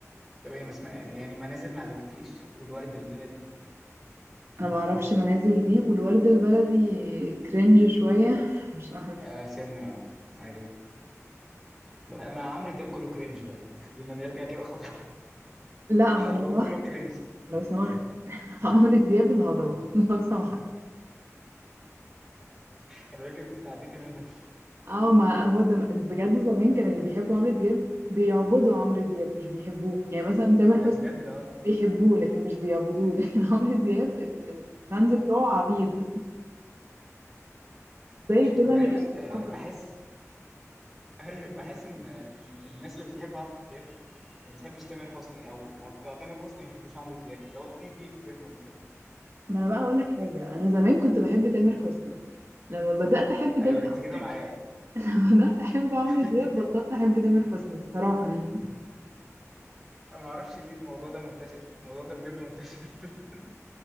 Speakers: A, in the centre; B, on the right.
A: طب ايه ما اسمع يعني منازل ما عجبتكيش والورد البلدي
B: انا ما اعرفش منازل دي والورد البلدي كرنج شويه <laughs> مش عارفه
A: آه سنة آه. أيوة ما ما عمرو دياب كله كرنج بقى يعني خلينا نرجع كده خطوة
B: لا
A: <laughs>
B: ما لو سمحت
A: هو كله كرنج
B: لو سمحت <laughs> عمرو دياب الهضبه <laughs> لو سمحت
A: خلي بالك انت تعديتي منهم
B: اه ما هو زم... بجد زمان كان اللي بيحبوا عمرو دياب بيعبدوا عمرو دياب مش بيحبوه يعني مثلا تامر حسني
A: ده بجد اه
B: بيحبوه لكن مش بيعبدوه لكن <laughs> عمرو دياب ال- الفانز بتوعه عبيد زي كده
A: ودايما
B: اللي بيشجعوا
A: آه،
B: برشلونة
A: بحس أيوة، بحس ان ال- الناس اللي بتحب عمرو دياب ما بتحبش تامر حسني او او بتوع تامر حسني ما بيحبوش عمرو دياب لو في بيف بينهم كده
B: ما انا بقى اقول لك حاجه انا زمان كنت بحب تامر حسني لما بدات احب
A: ايوه
B: تامر
A: انت
B: عمرو
A: كده
B: دياب
A: معايا
B: <laughs> لما بدات احب عمرو
A: <laughs>
B: دياب بطلت احب تامر حسني الصراحه يعني
A: انا ما اعرفش ليه الموضوع ده منتشر الموضوع ده بجد منتشر <laughs>